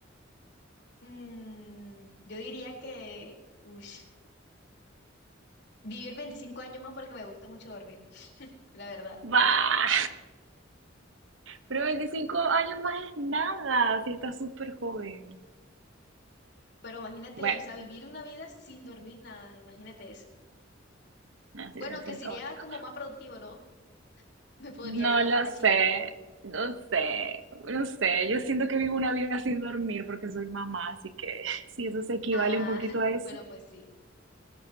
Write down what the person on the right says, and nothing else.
¡Bah! Pero 25 años más es nada, si estás súper joven.
Bueno,
así
debe ser
caótico.
No
lo
sé,
no sé, no sé. Yo siento que vivo una vida sin dormir porque soy mamá, así que <laughs> si eso se equivale
un poquito
a eso.